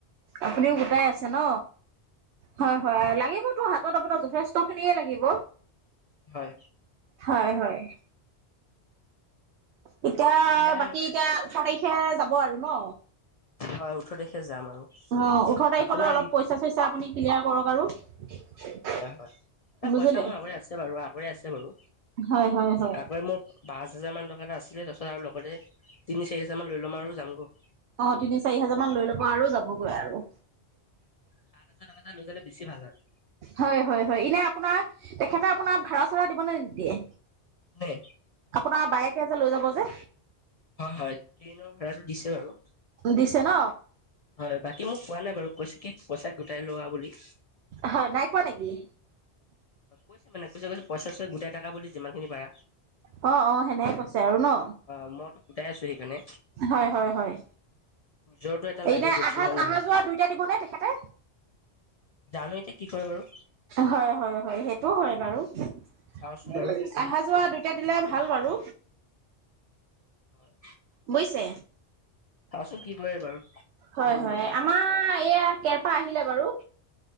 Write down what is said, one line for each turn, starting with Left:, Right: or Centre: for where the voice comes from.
Right: আপুনিও গোটাই আছে ন হয় হয় লাগিব তোৰ হাত আত আপোনাক যথেষ্ট খিনিয়ে লাগিব
Left: হয়
Right: হয় হয়, এতিয়া
Left: হে
Right: বাকী এতিয়া ওঠৰ তাৰিখে যাব আৰু ন?
Left: হয়, ওঠৰ তাৰিখে যাম আৰু।
Right: অ ওঠৰ তাৰিখলৈ
Left: আপোনাৰ
Right: অলপ পইচা - চইচা আপুনি ক্লিয়াৰ কৰক আৰু।
Left: হয় হয়, এ
Right: বুজিলে
Left: পইচা মোৰ আগৰে আছে বাৰু আগৰে আছে বাৰু
Right: হয় হয় হয়
Left: আগৰে মোৰ পাচ হাজাৰমান টকা এটা আছিলে তাৰ পাছত আৰু লগতে তিনি - চাৰি হাজাৰমান লৈ ল'ম আৰু যাম গ'।
Right: অ তিনি, চাৰি হাজাৰমান লৈ ল'ব আৰু যাবগৈ আৰু।
Left: সাত হাজাৰ টকা এটা লৈ গলে বেছি ভাল হয়।
Right: হয় হয় হয় এনে আপোনাৰ তেখেতে আপোনাৰ ভাড়া - চাঢ়া দিবনে নিদিয়ে?
Left: দেই
Right: আপোনাৰ বায়েকে যে লৈ যাব যে।
Left: হয় হয়, ট্ৰেইনৰ ভাড়াটো দিছে বাৰু।
Right: দিছে ন
Left: হয়, বাকী মোক কোৱা নাই বাৰু কৈছে কি পইচা গোটাই লোৱা বুলি।
Right: হয় নাই কোৱা নেকি?
Left: অ কৈছে মানে কৈছে গলে পইচা - চইচা গোটাই টাকা বুলি যিমানখিনি পাৰা।
Right: ক অ সেনেকে কৈছে আৰু ন।
Left: অ মইতো গোটাই আছো সেইকাৰণে।
Right: হয় হয় হয়
Left: নিজৰটো এটা লাগে
Right: এতিয়া
Left: দিয়কচোন
Right: আহা
Left: হয় নহয়
Right: আহা যোৱা দুইটা দিবনে তেখেতে?
Left: জানো এতিয়া কি কৰে বাৰু?
Right: হয় হয় হয় সেইটো হয় বাৰু।
Left: চাওঁচোন
Right: ভাল
Left: বাৰু
Right: লাগিছ আহা যোৱা দুইটা দিলে ভাল বাৰু।
Left: হয়।
Right: বুজিছে?
Left: <inaudible> কি কৰে বাৰু?
Right: হয় হয় আমাৰ এইয়া কেৰপা আহিলে বাৰু।